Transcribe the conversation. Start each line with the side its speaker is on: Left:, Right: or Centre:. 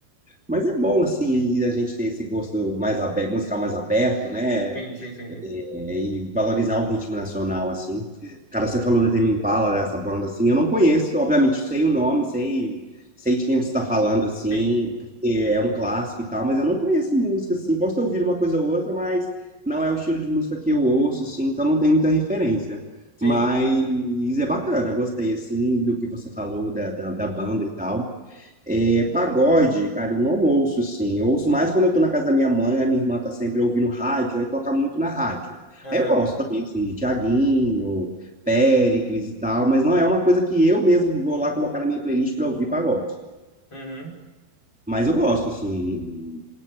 Centre: Mas é bom, assim, a gente ter esse gosto mais aberto, musical mais aberto, né?
Left: Sim, sim, sim,
Centre: É,
Left: sim.
Centre: e valorizar o ritmo nacional, assim. Cara, você falou do Tame Impala, né, essa banda, assim, eu não conheço, obviamente, sei o nome, sei, sei de quem você está falando, assim,
Left: Sim,
Centre: porque é um clássico e tal, mas eu não conheço música, assim, posso ter ouvido uma coisa ou outra, mas não é o estilo de música que eu ouço, assim, então não tem muita referência.
Left: sim.
Centre: Mas é bacana, gostei, assim, do que você falou da, da, da banda e tal. É, pagode, cara, eu não ouço, assim. Eu ouço mais quando eu tô na casa da minha mãe, a minha irmã tá sempre ouvindo rádio, aí toca muito na rádio.
Left: Aham.
Centre: Aí eu gosto também, assim, de Thiaguinho, Péricles e tal, mas não é uma coisa que eu mesmo vou lá colocar na minha playlist pra ouvir pagode.
Left: Uhum.
Centre: Mas eu gosto, assim,